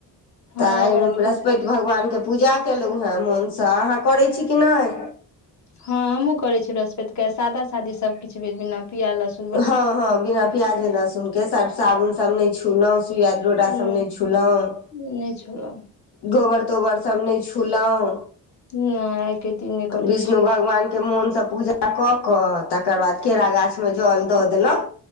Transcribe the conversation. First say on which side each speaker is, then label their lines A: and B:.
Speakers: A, on the left (about 40°); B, on the left (about 70°).
A: हँ
B: तऽ
A: एहि
B: आई
A: बेर बृहस्पति
B: <unintelligible> त भगवानके पूजा केलहुँ हेँ मोनसँ अहाँ करैत छी कि नहि
A: हँ हमहुँ करे छीैृहस्पति के सादा शादी सबकिछु भ बिना पियाज लसून
B: हँ ह बिना प्याजे लहसुन के सब साबुन सब ने छू‌‍
A: उं नहि छलौ
B: <unintelligible> गोबर तोबर सब नहि छूलहु
A: नहि आइ के दिन नहि करै
B: विष्णु
A: छी
B: भगवान मोन से पुजा कऽ क तकर बाद केरा गाछ मे जल दऽ देलौ